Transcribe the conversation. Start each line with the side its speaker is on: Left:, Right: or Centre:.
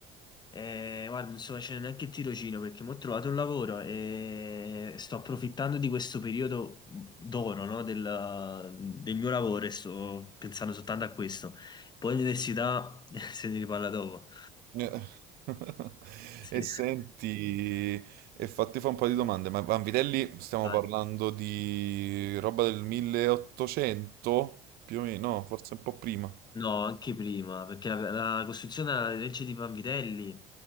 Left: eh, guarda, non sto facendo neanche il tirocinio perché mi ho trovato un lavoro e sto approfittando di questo periodo d'oro, no, del, del mio lavoro e sto pensando soltanto a questo. Poi l'università <laughs> se ne riparla dopo.
Right: Eh. <laughs>
Left: Sì.
Right: E senti, e fatti fa un po' di domande, ma Vanvitelli stiamo
Left: <laughs> Dai.
Right: parlando di roba del 1800? Più o meno, no, forse un po' prima.
Left: No, anche prima, perché la, la costruzione della legge di Vanvitelli